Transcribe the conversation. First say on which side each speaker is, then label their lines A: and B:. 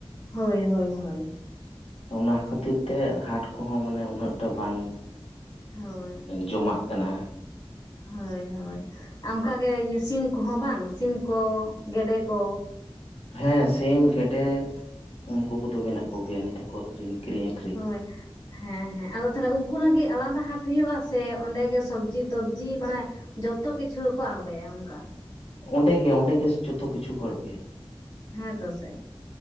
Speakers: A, on the left; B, on the left.
A: ᱦᱳᱭ ᱦᱳᱭ ᱦᱳᱭ
B: ᱚᱱᱟ ᱠᱷᱟᱹᱛᱤᱨ ᱛᱮ ᱦᱟᱴ ᱠᱚᱦᱚᱸ ᱢᱟᱱᱮ ᱩᱱᱟᱹᱜ ᱴᱟᱜ ᱵᱟᱝ
A: ᱦᱳᱭ
B: ᱡᱚᱢᱟᱜ ᱠᱟᱱᱟ᱾ ᱠᱟᱱᱟ
A: ᱦᱳᱭ ᱦᱳᱭ ᱟᱨ ᱚᱱᱠᱟᱜᱮ ᱥᱤᱢ ᱠᱚᱦᱚᱸ ᱵᱟᱝ ᱥᱤᱢ ᱠᱚ ᱜᱮᱰᱮ ᱠᱚ
B: ᱦᱮᱸ ᱥᱤᱢ ᱜᱮᱰᱮ ᱩᱱᱠᱩ ᱠᱚᱫᱚ ᱢᱮᱱᱟᱜ ᱠᱚᱜᱮᱭᱟ ᱱᱤᱛ ᱦᱚᱸᱠᱚ ᱟᱹᱷᱨᱤᱧ ᱠᱤᱨᱤᱧ ᱟᱠ
A: ᱦᱳᱭ ᱦᱮᱸ ᱦᱮᱸ ᱟᱫᱚ ᱛᱟᱦᱞᱮ ᱩᱱᱠᱩ ᱞᱟᱹᱜᱤᱫ ᱟᱞᱟᱫᱟ ᱦᱟᱴ ᱦᱩᱭᱩᱜ-ᱟ ᱥᱮ ᱚᱸᱰᱮᱜᱮ ᱥᱚᱵᱽᱡᱤ ᱛᱚᱵᱡᱤ ᱢᱟᱱᱮ ᱡᱚᱛᱚ ᱠᱤᱪᱷᱩ ᱜᱮᱠᱚ ᱟᱬᱜᱚᱭᱟ ᱚᱱᱠᱟ
B: ᱚᱸᱰᱮ ᱜᱮ ᱚᱸᱰᱮ ᱜᱮ ᱡᱚᱛᱚ ᱠᱤᱪᱷᱩ ᱠᱚ ᱟᱬᱜᱚᱭᱟ
A: ᱦᱮᱸ ᱛᱚ ᱥᱮ